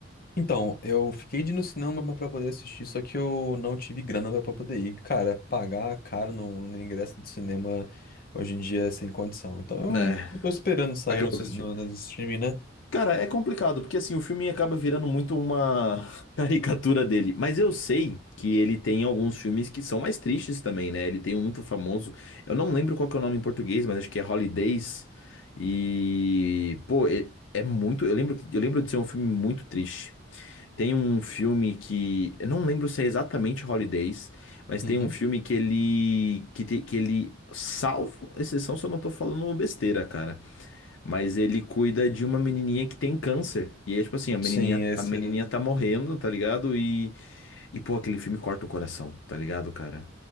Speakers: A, on the left; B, on the left.
A: Então, eu fiquei de ir no cinema pra poder assistir, só que eu não tive grana pra poder ir. Cara, pagar caro no, no ingresso de cinema hoje em dia é sem condição. Então, eu,
B: Né,
A: eu tô esperando sair
B: acabou
A: no,
B: que assistiu.
A: no, no streaming, né?
B: Cara, é complicado, porque assim, o filme acaba virando muito uma <laughs> caricatura dele. Mas eu sei que ele tem alguns filmes que são mais tristes também, né? Ele tem um muito famoso. Eu não lembro qual que é o nome em português, mas acho que é Holidays. E, pô, é, é muito. Eu lembro, eu lembro de ser um filme muito triste. Tem um filme que. Eu não lembro se é exatamente Holidays, mas
A: Uhum.
B: tem um filme que ele. que, te- que ele. Salvo exceção, se eu não tô falando besteira, cara. Mas ele cuida de uma menininha que tem câncer. E é tipo assim, a menininha,
A: Sim, esse,
B: a menininha tá morrendo, tá ligado? E, e pô, aquele filme corta o coração, tá ligado, cara?